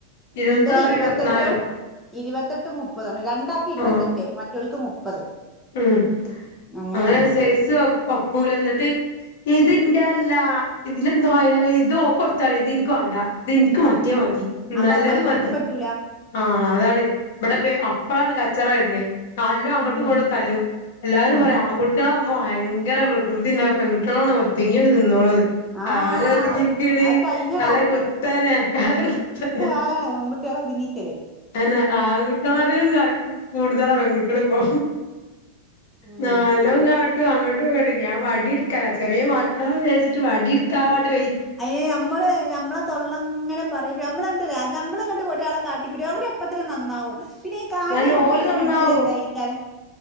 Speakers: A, on the left; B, in the centre.
A: ഇരുപത്താറും
B: ഇന്റത് ഇരുവത്തെട്ടും
A: ഇരുപത്തിനാലും
B: ഇരുവത്തെട്ടും മുപ്പതുമാണ് രണ്ടാൾക്ക് ഇരുവത്തെട്ട്
A: ആഹ്
B: മറ്റാൾക്ക് മുപ്പത്
A: ഉം
B: അങ്ങനെയാണ്
A: അങ്ങനെ
B: പോകണ്ട്
A: സൈസ് ഒക്കൂല എന്നിട്ട് ഇത ഇത് എൻ്റെ അല്ല ഇതിലെന്തോ ആയി നിങ്ങൾ ഇതോൾക്ക് കൊടുത്താളി ഇത് എനിക്ക് വാണ്ട ഇതിൻക്ക്
B: ആ
A: മറ്റേ മതി
B: അപ്പൊ
A: നല്ലത്
B: മറ്റോൾക്കും
A: മതി
B: പറ്റൂല
A: ആ അതാണ് ഇവിടെ പ അപ്പളാണ് കച്ചറ വരുന്നെ നല്ല അങ്ങോട്ടും
B: ഉം
A: ഇങ്ങട്ടും തല്ലും എല്ലാരും
B: ഉം
A: പറയും ആൺകു ഇവറ്റളാവുമ്പൊ ഭയങ്കര വികൃതി ഇണ്ടാവും പെൺകുട്ട്യാളാവുമ്പം ഒതുങ്ങിങ്ങട്ട് നിന്നോളും
B: ആഹ്
A: ആര് ഒതുങ്ങി നിക്കണ്
B: അത് കഴിഞ്ഞ
A: തല കുത്തനെ തല കുത്തനെ
B: പ്പതാണ് പെൺ കുട്ട്യൾ ഒരുങ്ങി നിക്കല്
A: അയന്നെ ആൺകുട്ടാട്ടിലും കൂടുതലാ പെൺകുട്ടികളിപ്പോ
B: ഉം
A: നല്ലോം കാ ടഅങ്ങോട്ടും ഇങ്ങോട്ടും ഞാൻ വടി എടുക്കല ചെറിയ മക്കളാ വിചാരിച്ചിട്ട് വടി എടുത്താണ്ട് വയി
B: അയിന് നമ്മള് നമ്മളെ തൊള്ളങ്ങനെ പറേം ഇപ്പൊ നമ്മളെന്ത് നമ്മളെങ്ങട്ട് ഒരാളെ കാ അവര് അപ്പത്തന്നെ നന്നാവും പിന്നെ ഈ കാട്ടിയ
A: ഇന്നാ
B: കുട്ടിന്റെ
A: ഓല് നന്നാവും
B: മനസ്സിൽ എന്തായിരിക്കാല്